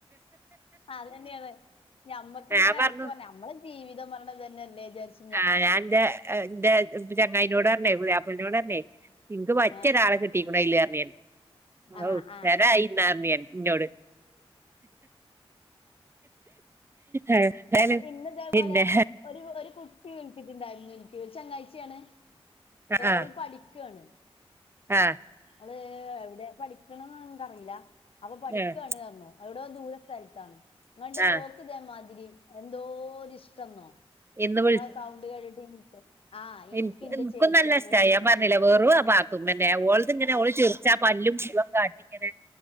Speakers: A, on the left; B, on the right.
A: അതെന്നെണ് ഞമ്മക്ക്ങ്ങനെ
B: ഞാൻ പറഞ്ഞു
A: എടക്ക് പർഞ്ഞ ഞമ്മള് ജീവിതം പർയ്ണ്തെന്നല്ലേ ചാര്ച്ച്
B: ആ ഞാന്റെ ന്റെ ചെങ്ങായിനോട് പർഞ്ഞേ പുത്യാപ്പൾനോട് പർഞ്ഞേ ഇൻക്ക് പറ്റ്യൊരാളെ
A: ആഹ്
B: കിട് <unintelligible> <unintelligible>
A: ആഹ് ആഹ്
B: ഇന്നോട് ആ
A: ഇന്നിതേപോലെ
B: പിന്നെ
A: ഒരു ഒരു കുട്ടി വിൾച്ചിട്ടുണ്ടായിരുന്നു ഒരു ചെങ്ങായ്ച്യാണ്
B: ആഹ്
A: ഓള് പഠിക്കാണ്
B: ആഹ്
A: ഓള് എവടെ പഠിക്ക്ണ് നമ്മക്കറില്ല അപ്പൊ പഠിക്കാണ്
B: ആഹ്
A: പർഞ്ഞു എവടോ ദൂര സ്ഥലത്താണ് <unintelligible>
B: ആഹ്
A: ഓക്ക്തേമാതിരി എന്തോര്ഷ്ടംന്നോ
B: ഇന്ന്
A: ങ്ങളെ സൗണ്ട് കേട്ടിട്ട് <unintelligible> ഇൻക്ക്
B: ഇൻ
A: ഇന്റെ
B: ഇൻക്കും
A: ചേച്ചിയാണ്
B: നല്ല ഇഷ്ടായി ഞാൻ
A: ഇൻക്ക്
B: പർഞ്ഞില്ലെ വെറും അ പാ ത്തുമ്മന്റെ ഓൾത്ങ്ങനെ ഓള് ചിർച്ചാ പല്ലും മുഴുവൻ കാട്ടിങ്ങനെ